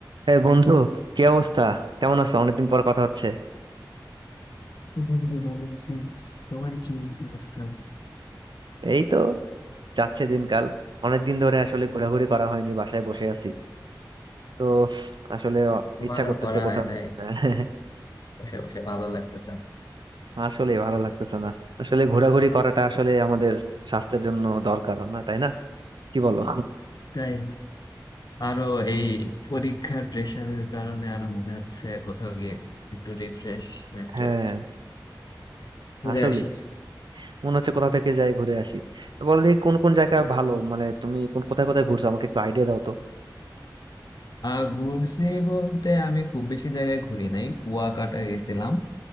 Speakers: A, on the right; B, on the left.
A: হ্যাঁ বন্ধু কি অবস্থা কেমন আছো অনেকদিন পর কথা হচ্ছে
B: বন্ধু ভালো আছি তোমার কি অবস্থা
A: এই তো যাচ্ছে দিনকাল অনেকদিন ধরে আসলে ঘোরাঘুরি করা হয়নি বাসায় বসে আছি তো আসলে অ-
B: আমারও
A: ইচ্ছা করতেছে
B: করা
A: কোথাও
B: হয় নাই
A: <laughs>
B: বসে বসে ভালো লাগতেছে না।
A: আসলে ভালো লাগতেছে না আসলে ঘোরাঘুরি করাটা আসলে আমাদের স্বাস্থ্যের জন্য দরকার না তাই না কি বলো
B: তাই আরো এই পরীক্ষার প্রেশারের কারণে আরো মনে হচ্ছে কোথাও গিয়ে একটু রিফ্রেশমেন্টের
A: হ্যাঁ
B: ঘুরে
A: আসলে
B: আসি
A: মনে হচ্ছে কোথা থেকে যাই ঘুরে আসি তো বলো দেখি কোন কোন জায়গা
B: হ্যাঁ
A: ভালো মানে তুমি কোন কোথায় কোথায় ঘুরছো আমাকে একটু আইডিয়া দাও তো
B: আহ, ঘুরছি বলতে আমি খুব বেশি জায়গায় ঘুরি নাই কুয়াকাটা গেছিলাম